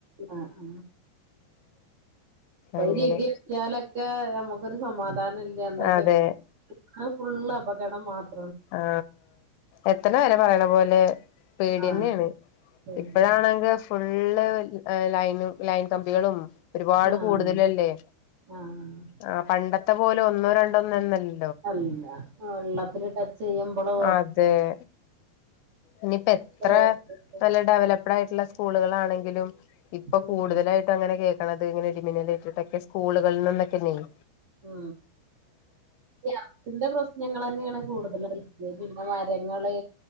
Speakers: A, on the right; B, on the left.
A: ആ ആ ഇപ്പൈനി
B: അങ്ങനെ
A: ഇടിവെട്ടിയാലൊക്കെ ഞമ്മ ക്കൊര് സമാധാനം <unintelligible> എന്താ <unintelligible>
B: അതെ
A: കേൾക്കണ ഫുൾ അപ കടം മാത്
B: ആ എത്തിനെ വരെ പറയണ പോലെ പേടന്നെയാണ്
A: ആഹ് ശരി
B: ഇപ്പഴാണെങ്കിൽ ഫുള്ള ഫുള്ള് ലൈ ലൈൻകമ്പികളും ഒരുപാട്
A: ആഹ്
B: കൂടുതലല്ലേ
A: ആഹ്
B: ആ പണ്ട ഇ പോലെ ഒന്നോ രണ്ടൊന്നോ എന്നല്ല
A: അല്ല വെള്ളത്തിലിട്ട ചെയ്യുമ്പോള്
B: ആ അതെ ഇനിയിപ്പ എത്ര
A: ചോക്ലേറ്റ്
B: നല്ല ഡെവലപ്ഡ് ആയിട്ടുള്ള സ്കൂളുകളൾാണെങ്കിലും ഇപ്പൊ
A: ഉം
B: കൂടുതലായിട്ടും അങ്ങനെ കേൾക്കണത് ഇങ്ങനെ ഇടിമിന്നലറ്റിട്ടൊക്കെ സ്കൂളുകളിൽ നിന്നൊക്കെ നെയ
A: ആ എറത്തിന്റെപ്രശ്നങ്ങൾ തന്നെയാണ് കൂടുതൽ ലൈറ്റ് പിന്നെ മരങ്ങള്